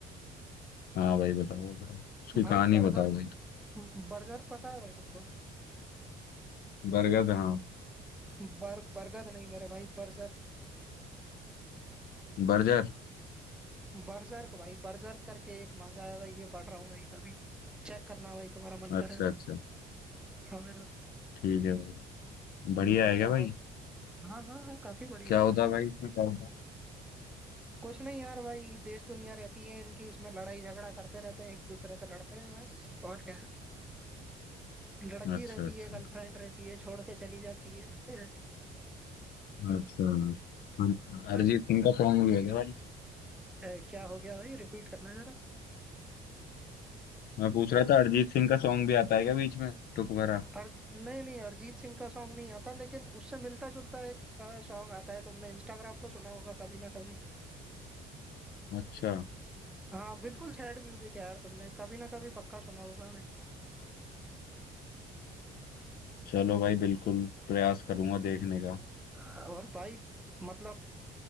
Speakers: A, on the left; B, in the centre.
A: हाँ भाई बताओ बताओ उसकी कहानी
B: भाई बर्जर
A: बताओ भाई
B: बर्जर पता है भाई तुमको
A: बरगद हाँ
B: बर बरगद नहीं मेरे भाई बर्जर
A: बर्जर
B: बर्जर्क भाई बर्जर करके एक मांगा है भाई ये पढ़ रहा हूँ भाई कभी चेक करना भाई तुम्हारा मन
A: अच्छा
B: करे तो
A: अच्छा
B: हाँ मेरे भाई
A: ठीक है भाई बढ़िया
B: बढ़िया
A: है क्या भाई
B: हॉबी है हाँ हाँ हाँ काफी बढ़िया
A: क्या
B: है
A: होता
B: यार
A: है भाई इसमें क्या होता
B: कुछ नहीं यार भाई देश दुनिया रहती है इनकी इसमें लड़ाई झगड़ा करते रहते हैं एक दूसरे से लड़ते हैं बस और क्या लड़की
A: है अच्छा
B: रहती
A: अच्छा
B: है गर्लफ्रेंड रहती है छोड़ के चली जाती है <laughs> ए,
A: अच्छा हम-
B: बस
A: अरिजीत सिंह का सॉन्ग भी है क्या भाई
B: ए, क्या हो गया भाई रिपीट करना जरा
A: मैं पूछ रहा था अरिजीत सिंह का सॉन्ग भी आता है क्या बीच में टुक भरा
B: अर नहीं नहीं अरिजीत सिंह का सॉन्ग नहीं आता लेकिन उससे मिलता जुलता एक सॉन्ग आता है तुमने इंस्टाग्राम पे सुना होगा कभी ना कभी
A: अच्छा
B: हाँ बिल्कुल सैड म्यूजिक है यार तुमने कभी ना कभी पक्का सुना होगा भाई
A: चलो भाई बिल्कुल प्रयास करूंगा देखने का
B: हाँ, और भाई मतलब